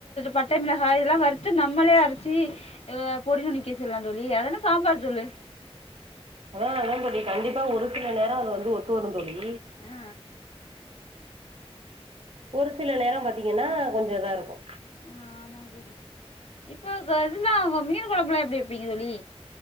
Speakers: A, on the left; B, on the right.
A: பட்ட மிளகா இதெல்லா வறுத்து நம்மளே அர ச்சி அ பொடி பண்ணி வெக்கலா தோழி அதானே சாம்பார் தூள்ளு
B: அதா அதா தோழி கண்டிப்பா ஒருசில நேரோ அது வந்து ஒத்து வரும் தோழி
A: அ
B: ஒரு சில நேரோ பாத்தீங்கன்னா கொஞ்சோ இதா இருக்கு
A: ஆ ஆமாங் தோழி இப்ப இத இதுல்லா மீன் கொழம்புல்லா எப்டி வெப்பீங்க தோழி